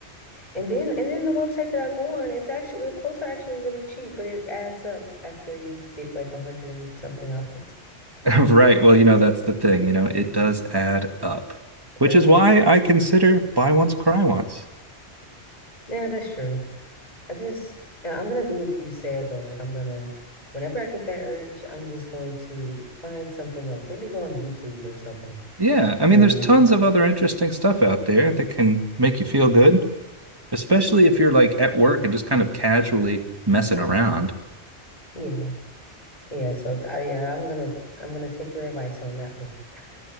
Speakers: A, on the left; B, on the right.
A: And then and then the website that I go on, it's actually the clothes are actually really cheap, but it adds up after you get like a hundred and something outfits.
B: <laughs> Right. Well, you know, that's the thing, you know, it does add up.
A: It
B: Which
A: does.
B: is why I consider buy once, cry once.
A: Yeah, that's true. I just, yeah, I'm gonna do what you said though. Like I'm gonna, whenever I get that urge, I'm just going to find something else. Maybe go on YouTube or something.
B: Yeah, I mean,
A: And
B: there's tons
A: you know,
B: of other interesting stuff out there that can make you feel good, especially if you're like at work and just kind of casually messing around.
A: yeah, yeah. So I, yeah, I'm gonna, I'm gonna take your advice on that one. <laughs>